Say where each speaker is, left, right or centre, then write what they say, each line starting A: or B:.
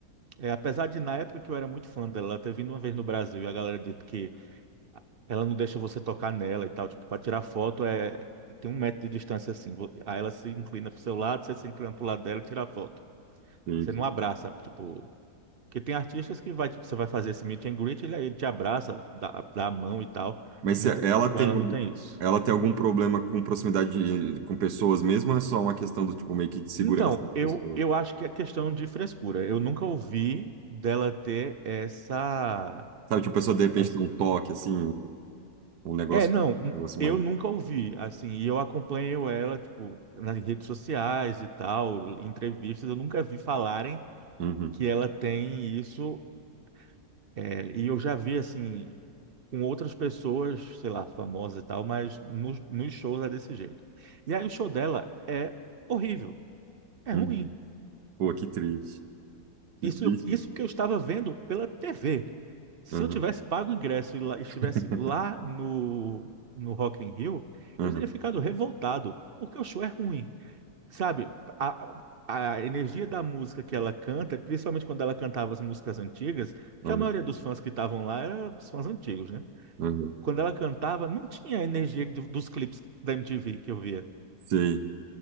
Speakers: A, on the right; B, on the right.
A: é, apesar de na época que eu era muito fã dela, ela ter vindo uma vez no Brasil e a galera disse que ela não deixa você tocar nela e tal, tipo, pra tirar foto é... tem um metro de distância assim. vo- Aí ela se inclina pro seu lado, você se inclina pro lado dela e tira a foto.
B: Entendi.
A: Aí Você não abraça, tipo. Porque tem artistas que vai, tipo, você vai fazer esse meet and greet, ele, ele te abraça, dá, dá a mão e tal.
B: Mas
A: Não
B: se
A: tem-
B: ela
A: Com
B: tem,
A: ela
B: algum-
A: não tem isso.
B: ela tem algum problema com proximidade de- com pessoas mesmo ou é só uma questão do tipo meio que de segurança
A: Então,
B: das
A: eu,
B: pessoas?
A: eu acho que é questão de frescura. Eu nunca ouvi dela ter essa,
B: Sabe, tipo, a pessoa de repente
A: essa-
B: tem um toque, assim, um negócio,
A: É, não,
B: um negócio
A: eu
B: mais.
A: nunca ouvi, assim, e eu acompanho ela, tipo, nas redes sociais e tal, em entrevistas, eu nunca vi falarem
B: Uhum,
A: que ela tem isso, é, e eu já vi, assim, com outras pessoas, sei lá, famosas e tal, mas nos, nos shows é desse jeito. E aí o show dela é horrível, é
B: uhum.
A: ruim.
B: Pô, que triste. Que
A: Isso,
B: triste.
A: isso
B: né?
A: que eu estava vendo pela TV. Se
B: Uhum,
A: eu tivesse pago o ingresso e lá- estivesse
B: <laughs>
A: lá no, no Rock in Rio,
B: uhum,
A: eu teria ficado revoltado, porque o show é ruim. Sabe, a, a energia da música que ela canta, principalmente quando ela cantava as músicas antigas,
B: uhum,
A: que a maioria dos fãs que estavam lá eram os fãs antigos, né?
B: uhum.
A: Quando ela cantava, não tinha a energia do- dos clipes da MTV que eu via.
B: <laughs> Sei.